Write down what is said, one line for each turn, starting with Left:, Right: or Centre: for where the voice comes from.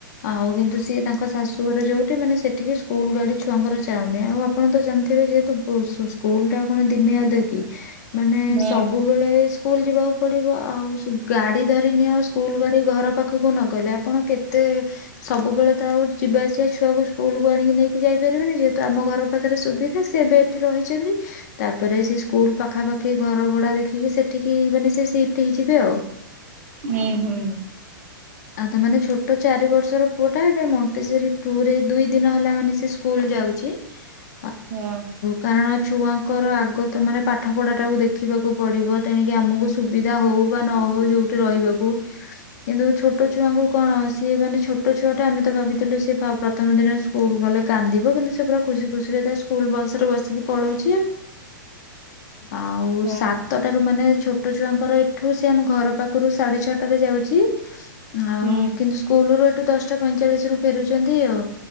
Left: ଆଉ କିନ୍ତୁ ସିଏ ତାଙ୍କ ଶାଶୁ ରେ ଯୋଉଠି ମାନେ ସେଠିକି ସ୍କୁଲ ଗାଡି ଛୁଆଙ୍କର ଯାଉନି ଆଉ ଆପଣ ତ ଜାଣିଥିବେ ଯେହେତୁ ବୋ ସୁ ସ୍କୁଲ ଟା କଣ ଦିନେ ଅଧେ କିି ମାନେ
Right: ହୁଁ
Left: ସବୁବେଳେ ସ୍କୁଲ ଯିବାକୁ ପଡିବ ଆଉ ଗାଡି ଧରି ନିଅ ଆ ସ୍କୁଲ ଗାଡି ଘର ପାଖ ପାଖକୁ ନଗଲେ ଆପଣ କେତେ ସବୁବେଳେ ତ ଆଉ ଯିବା ଆସିବା ଛୁଆକୁ ସ୍କୁଲକୁ ଆଣିକି ନେଇକି ଯାଇପାରିବେନି ଯେହେତୁ ଆମ ଘର ପାଖରେ ସୁବିଧା ସେବେ ଏଠି ରହିଛନ୍ତି। ତାପରେ ସେ ସ୍କୁଲ ପାଖାପାଖି ଘର ଭଡା ଦେଖିକି ସେଠିକି ମାନେ ସେ ସିଟ୍ଫି ହେଇଯିବେ ଆଉ।
Right: ମେଁ ହୁଁ।
Left: ଆଉ ତ ମାନେ ଛୋଟ ଚାରି ବର୍ଷର ପୁଅ ଟା ହେବେ ମଣ୍ଟେଜେରି ଟୁ ରେ ଦୁଇ ଦିନ ହେଲା ମାନେ ସେ ସ୍କୁଲ ଯାଉଚି। <inaudible>
Right: ହଁ।
Left: କାରଣ ଛୁଆଙ୍କର ଆଗ ତ ମାନେ ପାଠ ପଢା ଟାକୁୁ ଦେଖିବାକୁ ପଡିବ ତେଣିକି ଆମକୁ ସୁବିଧା ହୋଉ ବା ନ ହୋଉ ଯୋଉଠି ରହିବାକୁ କିନ୍ତୁ ଛୋ ଛୋଟ ଛୁଆଙ୍କୁ କଣ ସିଏ ମାନେ ଛୋଟ ଛୁଆଟା ଆମେ ତ ଭାବିଥିଲୁ ସି ପ୍ରଥମ ଦିନ ସ୍କୁଲ ଗଲେ କାନ୍ଦିବ କିନ୍ତୁ ସେ ପୁରା ଖୁସି ଖୁସିରେ ତା ସ୍କୁଲ ବସ୍‌ ରେ ବସିକି ପଳୋଉଚି। ଆଉ
Right: ହଁ
Left: ସାତ ତ ର ମାନେ ଛୋଟ ଛୁଆଙ୍କର ଏଠୁ ସେ ଆମ ଘର ପାଖରୁ ସାଢେ ଛଅଟାରେ ଯାଉଚି ଆଉ
Right: ହୁଁ
Left: କିନ୍ତୁ ସ୍କୁଲ ରୁ ଏଠୁ ଦଶଟା ପଇଁଚାଳିଶି ରୁ ଫେରୁଛନ୍ତି ଆଉ।